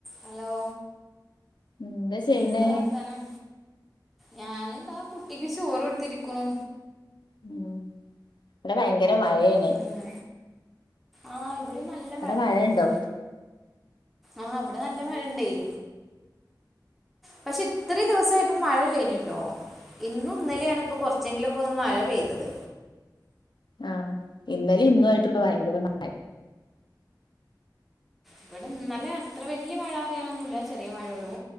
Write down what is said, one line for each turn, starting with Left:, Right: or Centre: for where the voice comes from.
Centre: Hello
Left: എന്താ ചെയ്യണേ
Centre: എന്താ വർത്താനം? ഞാൻ ഇതാ കുട്ടിക്ക് ചോറ് കൊട്ത്ത് ഇരിക്കുണു
Left: ഉം ഇബടെ ഭയങ്കര മഴെണ്
Centre: ഉം ആഹ് ഇവിടിം നല്ല
Left: അവിടെ
Centre: മഴ
Left: മഴയുണ്ടോ
Centre: ഇണ്ട് ഇപ്പോ ആഹ് ഇബടെ നല്ല മഴ ഇണ്ടെയ് പക്ഷെ ഇത്രയും ദിവ്സായിട്ടും മഴ ഇല്ലെയ്നിട്ടോ ഇന്നും ഇന്നലിം ആണ് ഇപ്പം കൊറ്ച്ചെങ്കിലൊക്കെ ഒന്ന് മഴ പെയ്‌തെത്‌
Left: ആഹ് ഇന്നലിം ഇന്നും ആയിറ്റ് ഇപ്പ ഭയങ്കര മ
Centre: ഇവടെ ഇന്നല്ലെ അത്ര വല്ല്യ മഴാന്ന് പറിയാനൊന്നുല്ല്യ ചെറെ മഴ ഒള്ളു